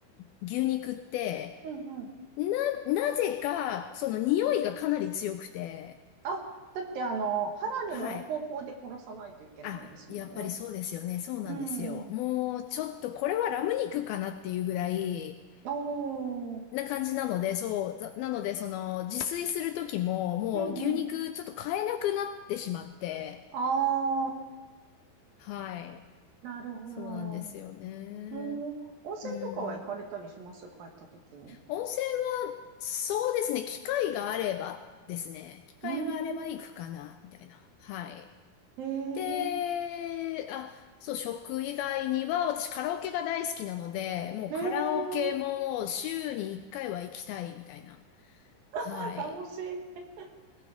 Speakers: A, on the left; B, on the right.
A: 牛肉って、
B: うん。
A: な、なぜか、その匂いがかなり強くて、
B: あ、だってあの、ハラルの方法で殺さないといけないですもんね。
A: はい。あ、やっぱりそうですよね。そうなんですよ。
B: うん。
A: もう、ちょっとこれはラム肉かなっていうぐらい、
B: おー、
A: な感じなので、そう、ざなので、その、自炊する時も、もう牛肉ちょっと買えなくなってしまって、
B: うんうん。ああ、
A: はい。
B: なるほど。
A: そうなんですよね。
B: うん。温泉とかは行かれたりします帰った時に。
A: うん、もう温泉は、そうですね、機会があればですね、機会があれば行くかな、
B: うーん。
A: みたいな。はい。
B: え
A: で、
B: え
A: あ、そう、食以外には、私カラオケが大好きなので、もうカラオケも週に1回は行きたい、
B: ええ
A: みたいな。
B: あ、
A: はい。
B: 楽しい。